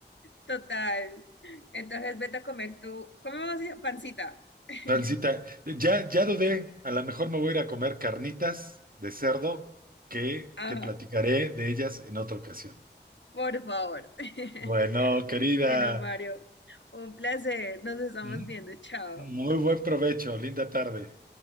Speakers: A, on the left (about 80°); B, on the right (about 50°).
A: total. Entonces vete a comer tú, ¿cómo vas a pancita? <laughs>
B: Francita, ya, ya dudé, a lo mejor me voy a ir a comer carnitas de cerdo que
A: Ajá,
B: te platicaré de ellas en otra ocasión.
A: por favor. <laughs>
B: Bueno, querida,
A: Bueno, Mario, un placer. Nos estamos
B: m-
A: viendo. Chao.
B: muy buen provecho, linda tarde.